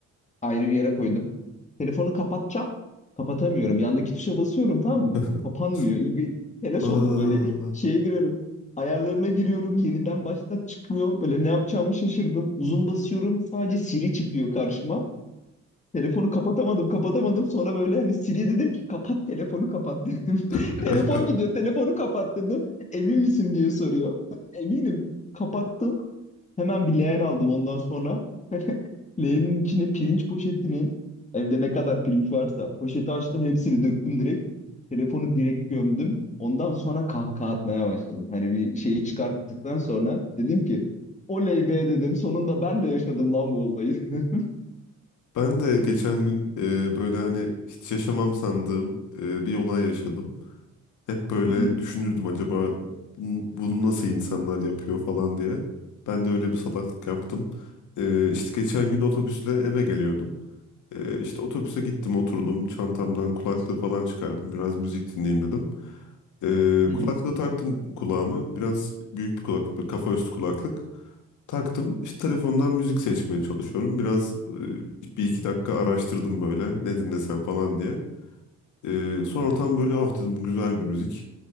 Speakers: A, on the left; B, on the left.
A: ayrı bir yere koydum. Telefonu kapatacağım. Kapatamıyorum. Yandaki tuşa basıyorum tamam mı?
B: <laughs>
A: Kapanmıyor. İlk bir telaş
B: Aa.
A: oldum böyle şeye giriyorum. Ayarlarına giriyorum. Yeniden baştan çıkmıyor. Böyle ne yapacağımı şaşırdım. Zoom basıyorum. Sadece Siri çıkıyor karşıma. Telefonu kapatamadım, kapatamadım. Sonra böyle hani Siri'ye dedim ki kapat telefonu kapat dedim.
B: <laughs>
A: <laughs> Telefon gidiyor, telefonu kapat dedim. Emin misin diye soruyor. Eminim. Kapattım. Hemen bir leğen aldım ondan sonra. Leğenin içine pirinç poşetini evde ne kadar pirinç varsa poşeti açtım hepsini döktüm direkt. Telefonu direkt gömdüm. Ondan sonra kahkaha atmaya başladım. Hani bir şeyi çıkarttıktan sonra dedim ki oley be dedim. Sonunda ben de yaşadım lan bu olayı. <laughs>
B: Ben de geçen gün e, böyle hani hiç yaşamam sandığım e, bir olay yaşadım. Hep böyle
A: Hı hı,
B: düşünürdüm acaba bu- bunu nasıl insanlar yapıyor falan diye. Ben de öyle bir salaklık yaptım. E, işte geçen gün otobüsle eve geliyordum. Ee, işte otobüse gittim oturdum çantamdan kulaklığı falan çıkardım biraz müzik dinleyeyim dedim. Ee,
A: hı
B: kulaklığı
A: hı.
B: taktım kulağımı biraz büyük bir kulaklık bir kafa üstü kulaklık taktım İşte telefondan müzik seçmeye çalışıyorum biraz e, bir iki dakika araştırdım böyle ne dinlesem falan diye. Ee, sonra tam böyle ah dedim bu güzel bir müzik